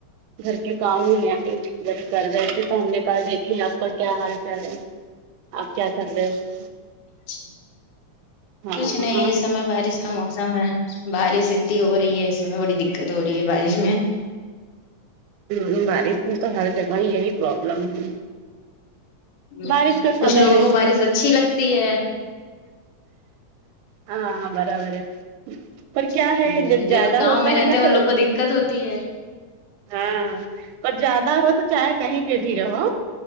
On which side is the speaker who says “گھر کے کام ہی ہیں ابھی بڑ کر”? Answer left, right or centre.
Right